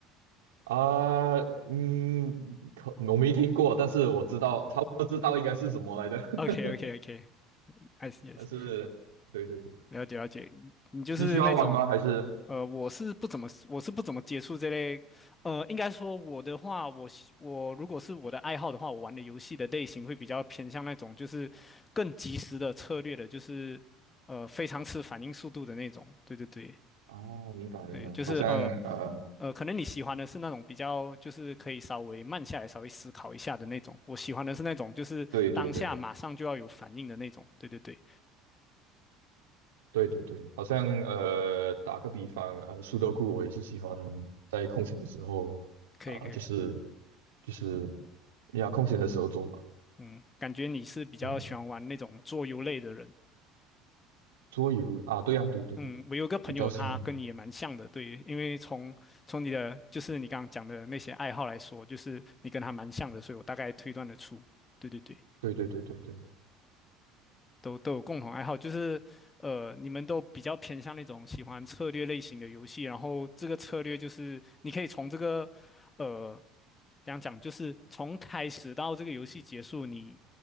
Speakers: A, on the right; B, on the left.
A: 啊、嗯，可我没听过，但是我知道，差不多知道应该是什么来的。<laughs>
B: OK OK OK，I see I
A: 但是，
B: s e
A: 对对对，
B: 了解了解。你就是那种
A: 你喜欢玩吗？还是
B: 呃，我是不怎么我是不怎么接触这类，呃，应该说我的话，我喜我如果是我的爱好的话，我玩的游戏的类型会比较偏向那种就是更及时的策略的，就是呃非常吃反应速度的那种。对对对。
A: 啊，我明白明白，
B: 对，就是呃，
A: 好像呃，
B: 呃，可能你喜欢的是那种比较，就是可以稍微慢下来、稍微思考一下的那种。我喜欢的是那种，就是当下马上就要有反应的那种。
A: 对对对，
B: 对对对，
A: 对对对，好像呃，打个比方，呃，苏德库我也是喜欢在空闲的时候啊、
B: 可以可以。
A: 就是就是呀，空闲的时候做吧。
B: 嗯，感觉你是比较喜欢玩那种做游类的人。
A: 对啊桌游啊，对呀、对对对，
B: 嗯，我有个朋友，
A: 比较喜欢。
B: 他跟你也蛮像的。对，因为从从你的就是你刚刚讲的那些爱好来说，就是你跟他蛮像的，所以我大概推断得出。对对对。
A: 对对对对对，
B: 都都有共同爱好，就是呃，你们都比较偏向那种喜欢策略类型的游戏，然后这个策略就是你可以从这个呃，怎样讲，就是从开始到这个游戏结束，你